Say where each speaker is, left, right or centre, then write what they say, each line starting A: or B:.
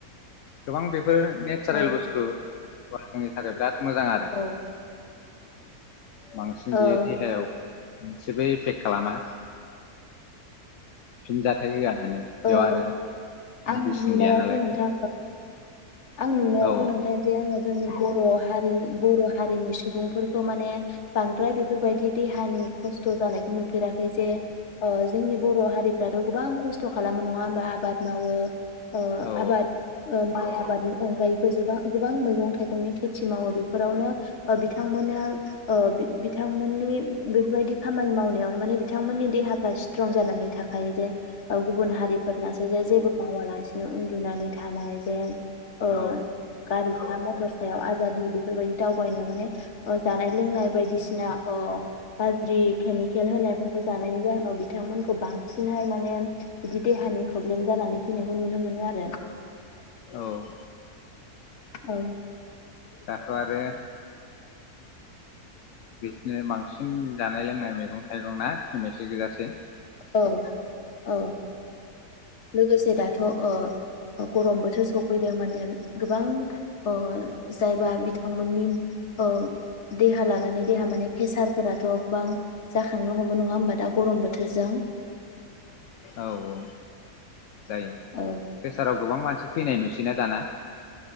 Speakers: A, on the left (about 65°); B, on the left (about 50°).
A: गोबां बेफ फोर नेचारेल
B: औ
A: बुस्थु अ जोंनि थाखाय बिराद मोजां आरो
B: ओ
A: बांसिन
B: ओ
A: बियो देहायाव जेबो इफेक खालामा। फिनजाथाइ होआ माने
B: ओ
A: बेयाव आरो
B: आंनि
A: मेडिसिन
B: नुनायावथ'
A: गैया नालाय।
B: नोंथां आं नुनायावथ'
A: औ
B: नोंथां जे आङो जोंनि बर' हारि बर' हारिनि सुबुंफोरखौ माने बांद्राय बेफोरबायदि देहानि खस्थ' जानायखौ नुफेराखै जे ओ जोंनि बर' हारिफ्राथ' गोबां खस्थ' खालामो नङा होमबा आबाद मावो ओ
A: औ
B: आबाद ओ माइ आ अनगायैबो जोबा गोबां मैगं थाइगंनि खेथि मावो बेफोरावनो बिथांमोनहा ओ बि-बिथांमोननि बेफोरबायदि खामानि मावनायावनो माने बिथांमोननि देहाफ्रा स्ट्रं जानानै थाखायो जे ओ गुबुन हारिफोरनासो जे जेबो मावालासिनो उन्दुनानै थानाय जे अ
A: औ
B: गारि बा मथर सायाव आजादि बेफोरबायदि दावबायनायाव माने ओ जानाय लोंनाय बायदिसिना ओ गाज्रि केमिकेल होनायफोरखौ जानायनि जाहोनाव बिथांमोनखौ बांसिनहाय माने बिदि देहानि प्रब्लेम जानानै फैनायखौ नुनो मोनो आरो।
A: औ
B: औ
A: दाथ आरो बिसिनो बांसिन जानाय लोंनाय मैगं थाइगं ना केमिकेल गोजासै
B: औ औ लोगोसे दाथ ओ गरम बोथोर सफैदों माने गोबां ओ जायबा बिथांमोननि ओ देहा लानानै देहा माने फेसार फोराथ गोबां जाखांनो हमो नङा होमबा दा गरम बोथोरजों
A: औ औ जायो प्रेसाराव
B: औ
A: गोबां मानसि थैनाय नुसैना दाना